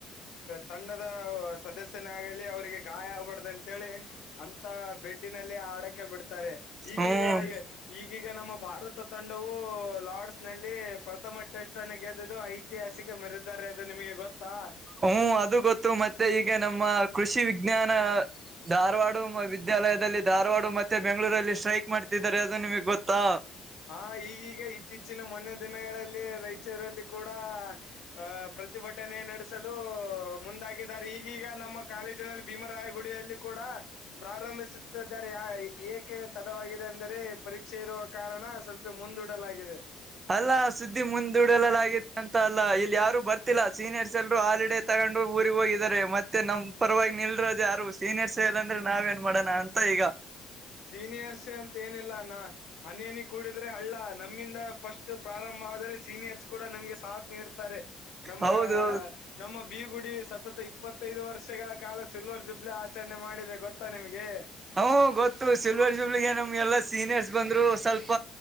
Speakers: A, on the left; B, on the right.
A: ತಂಡದ ಸದಸ್ಯನ ಆಗಲಿ ಅವ್ರಿಗೆ ಗಾಯ ಆಗ್ಬಾರ್ದ ಅಂತೇಳಿ ಅಂತ ಬೆಡ್ಡಿನಲ್ಲಿ ಆಡಕೆ ಬಿಡ್ತಾರೆ. ಈಗೀಗ
B: ಹ್ಮ್
A: ಈಗೀಗ ನಮ್ಮ ಭಾರತ ತಂಡವು ಲಾರ್ಡ್ಸ್ ನಲ್ಲಿ. ಮಟ್ಟಷ್ಟ ಗೆದು ಐತಿಹಾಸಿಕ ಮೆರದಾರ ಇದು ನಿಮಗೆ ಗೊತ್ತಾ.
B: ಹ್ಮ್ ಅದು ಗೊತ್ತು ಮತ್ತೆ ಈಗ ನಮ್ಮ ಕೃಷಿ ವಿಜ್ಞಾನ. ಧಾರವಾಡ ವಿದ್ಯಾಲಯದಲ್ಲಿ ಧಾರವಾಡ ಮತ್ತೆ ಬೆಂಗಳೂರಲ್ಲಿ ಸ್ಟ್ರೈಕ್ ಮಾಡ್ತಿದ್ದಾರೆ ಅದು ನಿಮಗ್ ಗೊತ್ತಾ.
A: ಹಾ ಈಗೀಗ ಇತ್ತೀಚಿನ ಮೊನ್ನೆ ದಿನಗಳಲ್ಲಿ ರೈಚೂರಲ್ಲೇ. ಕೂಡ ಅ ಪ್ರತಿಭಟನೆ ನಡೆಸಲು ಮುಂದಾಗಿದ್ದಾರೆ ಈಗೀಗ ನಮ್ಮ. ಕಾಲೇಜಿನಲ್ಲಿ ಭೀಮರಾಯಗುಡಿಯಲ್ಲಿ ಕೂಡ. ಪ್ರಾರಂಭಿಸುತ್ತಿದ್ದಾರೆ ಏಕೆ ತಡವಾಗಿದೆ ಅಂದರೆ ಪರೀಕ್ಷೆ ಇರುವ ಕಾರಣ. ಸ್ವಲ್ಪ ಮುಂದೂಡಲಾಗಿದೆ.
B: ಅಲ್ಲ ಸುದ್ದಿ ಮುಂದೂಡಲಲಗತ್ತು ಅಂತಲ್ಲ ಇಲ್ಲಿ ಯಾರು ಬರ್ತಿಲ್ಲಾ ಸೀನಿಯರ್ಸ್ ಎಲ್ರೂ ಹಾಲಿಡ. ತಗೊಂಡ್ ಊರಿಗೆ ಹೋಗಿದ್ದಾರೆ ಮತ್ತೆ ನಮ್ ಪರವಾಗಿ ನಿಲ್ರೋದದು ಯಾರು ಸೀನಿಯರ್ ಸೆವೆಲ್ ಅಂದ್ರೆ ನಾವ್ ಏನ್ ಮಾಡೋಣ ಅಂತ ಈಗ.
A: ಸೀನಿಯರ್ಸ್ ಅಂತ ಏನಿಲ್ಲ ಅಾನ ಹನಿ ಹನಿ ಕೂಡಿದ್ರೆ ಹಳ್ಳ ನಮ್ಮಿಂದ ಫಸ್ಟ್ ಪ್ರಾರಂಭ ಆದ್ರೆ ಸೀನಿಯರ್ಸ್ ಕೂಡ ನಮ್ಗೆ ಸಾಥ್ ನೀಡ್ತಾರೆ. ತಾರೆ ನಮ್ಮ
B: ಹೌದು
A: ನಮ್ಮ ಬಿೀಗುಡಿ ಸತತ ಇಪ್ಪತ್ತೈದು ವರ್ಷಗಳ. ಕಾಲ ಸಿಲ್ವರ್ ಜುಬ್ಲಿ ಆಚರಣೆ ಮಾಡಿದೆ ಗೊತ್ತಾ ನಿಮ್ಗೆ.
B: ಹ್ಮ ಗೊತ್ತು ಸಿಲ್ವರ್ ಜೂಬ್ಲಿಗೆ ನಮ್ಗೆಲ್ಲಾ ಸೀನಿಯರ್ಸ್ ಬಂದ್ರು ಸ್ವಲ್ಪ.